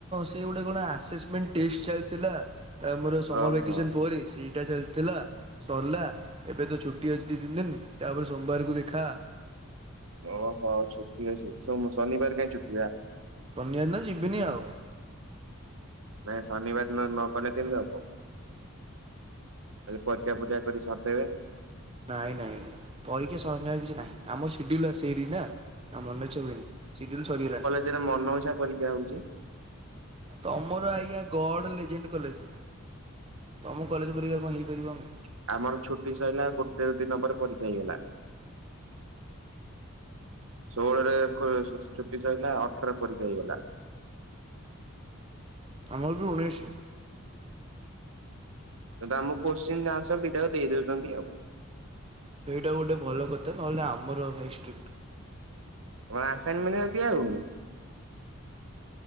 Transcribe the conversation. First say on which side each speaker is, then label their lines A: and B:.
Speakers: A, on the right; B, on the right.
A: ସେ ଗୋଟେ କଣ ଆସେସମେଣ୍ଟ ଟେଷ୍ଟ ଚାଲିଥିଲା। ତା ମୋର ସମର
B: ଓହୋ
A: ଭ୍ୟାକେସନ ପରେ ସେଇ ଏଟା ଚାଲିଥିଲା ସରିଲା ଏବେ ତ ଛୁଟି ଅଛି ଦି ତିନି ଦିନ ତାପରେ ସୋମବାରକୁ ଦେଖା
B: ଓହୋ ଛୁଟି ଅଛି ଶନିବାର କାଇହିଁ ଛୁଟିିବା
A: ଶନିବାର ଦିନ ଯିବିନି ଆଉ।
B: ନାଇଁ ଶନିବାର ଦିନ ନ ଗଲେ କେମିତି ହବ। ପରୀକ୍ଷା ଫରୀକ୍ଷା କରି ସାରିଦେବେ
A: ନାଇଁ ନାଇଁ ପରୀକ୍ଷା ସର୍ଣାର କିଛି ନାହିଁ ଆମ ସିଡ୍ୟୁଲ୍ ଆସରି ନା ଆଉ ମନେଛ ହୁଏନି ସିଡ୍ୟୁଲ୍ ସରିଗଲାଣି
B: ସେଟା ମନ ଇଛା ପରିକ୍ଷା ହଉଛି।
A: ତମର ଆଜ୍ଞା ଗଡ ଲେଜେଣ୍ଡ କଲେଜ ତୁମ କଲେଜ ପରିକା କଣ ହେଇପାରିବ ଆମ
B: ଆମର ଛୁଟି ସରିଲା ଗୋଟେ ଦିନ ପରେ ପରୀକ୍ଷା ହେଇଗଲା ଷୋହଳରେ ଛୁଟି ସରିଲା ଅଠରରେ ପରୀକ୍ଷା ହେଇଗଲା
A: ଆମର ବି ଉଣେଇସ
B: ତ ଆମ କୋଶ୍ଚିନ୍ ଆନ୍ସର ଦିଇଟାକ ଦେଇଦଉଛନ୍ତି ଆଉ
A: ସେଇଟା ଗୋଟେ ଭଲ କଥା ନହେଲେ ଆମର ଭାଇ ଷ୍ଟ
B: କଣ ଆସାଇନମେଣ୍ଟ ଦିଆ ହଉନି?